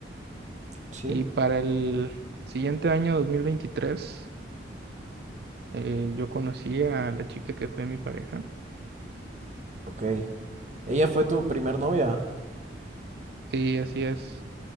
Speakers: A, on the right (about 40°); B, on the right (about 55°).
A: Sí,
B: Y para el siguiente año, 2023, eh, yo conocí a la chica que fue mi pareja.
A: ok. ¿Ella fue tu primer novia?
B: Sí, así es.